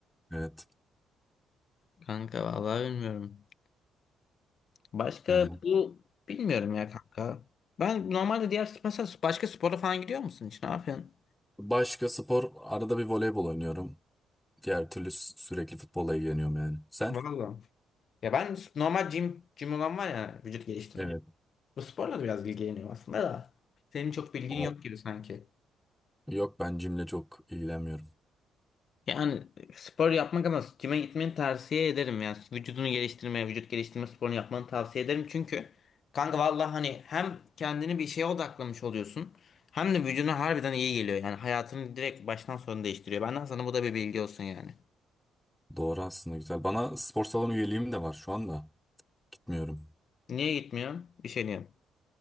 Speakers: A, in the centre; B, on the left.
A: Evet.
B: kanka vallahi bilmiyorum. Başka
A: Yani
B: bu bilmiyorum ya kanka. Ben normalde diğer mesela başka spora falan gidiyor musun hiç? Ne yapıyorsun?
A: başka spor arada bir voleybol oynuyorum. Diğer türlü sü- sürekli futbolla ilgileniyorum yani. Sen?
B: Valla. Ya ben normal gym, gym olan var ya vücut geliştirme.
A: Evet.
B: Bu sporla da biraz ilgileniyorum aslında da. Senin çok bilgin
A: O.
B: yok gibi sanki.
A: Yok ben jimle çok ilgilenmiyorum.
B: Yani spor yapmak ama cime gitmeni tavsiye ederim yani vücudunu geliştirmeye, vücut geliştirme sporunu yapmanı tavsiye ederim çünkü kanka vallahi hani hem kendini bir şeye odaklamış oluyorsun hem de vücuduna harbiden iyi geliyor yani hayatını direkt baştan sona değiştiriyor. Benden sana bu da bir bilgi olsun yani.
A: Doğru aslında güzel. Bana spor salonu üyeliğim de var şu anda. Gitmiyorum.
B: Niye gitmiyorsun? Üşeniyorum.